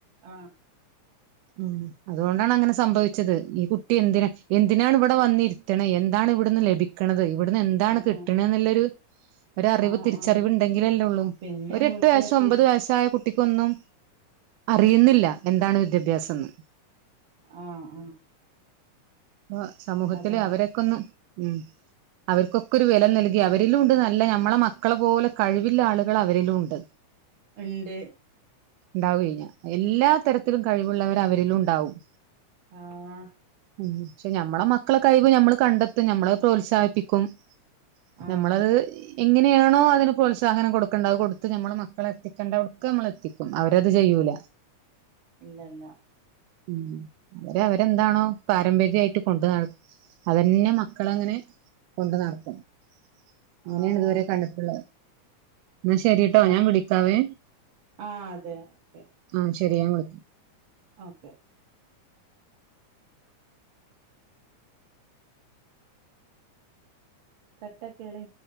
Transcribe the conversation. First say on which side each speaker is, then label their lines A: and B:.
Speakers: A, on the right; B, on the right.
A: ആ
B: ഉം അതുകൊണ്ടാണ് അങ്ങനെ സംഭവിച്ചത് <unintelligible> ത് ഈ കുട്ട എന്തിനന് എന്തിനാണ്വി വന്നിരിക്കണ എന്താണ് ഇവിടുന്ന് ലഭിക്കുന്നത് കണതായി ഇവിടുന്ന് എന്താണ്
A: ആഹ്
B: കിട്ടണ എന്നുള്ളൊരു ഒരറിവ്
A: ആഹ്
B: തിരിച്ചറിവ്
A: ആഹ്
B: ഉണ്ടെങ്കിലല്ലേ ഉള്ളൂ
A: പിന്നെ
B: ഒരു എട്ടു
A: വീട്ടിലെത്തിട്ട്
B: വയസ്സോ ഒമ്പത് വയസ്സ ആയ കുട്ടി കുട്ടിക്കൊന്നും അറിയുന്നില്ല എന്താണ് വിദ്യാഭ്യാസം എന്ന്
A: ആഹ് ആഹ്
B: അപ്പ സമൂഹത്തില്
A: അതെ
B: അവരൊക്കൊന്ന് ഉം അവർക്കൊക്കെ ഒരു വില നൽകി അവരിലും ഉണ്ട് നല്ല ഞമ്മളെ മക്കളെ പോലെ കഴിവില്ല ആളുകൾ അവരിലുംണ്ട്
A: രണ്ട് <unintelligible>
B: എന്താവഞ്ഞ എല്ലാ തരത്തിലും കഴിവുള്ളവർ അവരിലും ഉണ്ടാവും
A: ആഹ
B: ഉ് പെഞമ്മള മക്കളെ കൈ പോയി നമ്മള് കണ്ടെത്തും നമ്മളെ പ്രോത്സാഹിപ്പും പ്പിക്കും
A: ആഹ്
B: നമ്മളത് എങ്ങനെയാണോ അതിന് പ്രോത്സാഹനം കൊടുക്കേണ്ടത് കൊടുത്ത് നമ്മൾ മക്കളെ എത്തിക്കേണ്ട അടുക്ക് നമ്മൾ എത്തിക്കും അവരത് ചെയ്യൂല
A: ഇല്ല ഇല്ല
B: ഉ അവരെ അവരെന്താണോ പാരമ്പര്യമായിട്ട് കൊണ്ടു അതന്നെ മക്കള അങ്ങനെ കൊണ്ടു നടക്കും അങ്ങനെയാണ്
A: ആഹ്
B: ഇതുവരെ കണ്ടിട്ടുള്ളത് എന്നാ ശെരിട്ടോ
A: അത്
B: ഞാൻ വിളിക്കാവേ
A: ആഹ് അതെ ഓക്കെ
B: ആ ശരിയാ ഞാൻ വിളിക്കാ
A: ഓക്കെ കട്ടക്കള